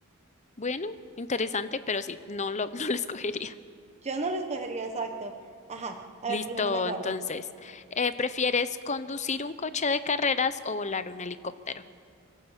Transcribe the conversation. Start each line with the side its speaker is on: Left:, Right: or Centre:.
Left: bueno, interesante, pero sí, no lo, <laughs> no lo escogería.
Right: Yo no lo escogería exacto. Ajá, a
Left: Listo,
Right: ver, pregúntame tú
Left: entonces,
Right: algo.
Left: eh, ¿prefieres conducir un coche de carreras o volar un helicóptero?